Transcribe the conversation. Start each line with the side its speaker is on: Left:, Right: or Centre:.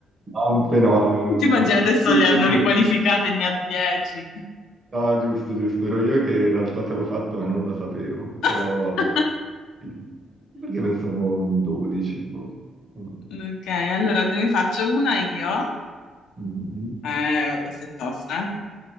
Right: Zampe no.
Left: Ti immagini
Right: eh,
Left: adesso
Right: Giusto,
Left: le hanno
Right: giusto.
Left: riqualificate, ne ha dieci.
Right: No, giusto, giusto, ero io che in realtà te l'ho fatto ma non la sapevo,
Left: <laughs>
Right: però sì. perché pensavo un 12? boh. No.
Left: Ok, allora te ne faccio una io.
Right: Mhm.
Left: Eh, questa è tosta. eh.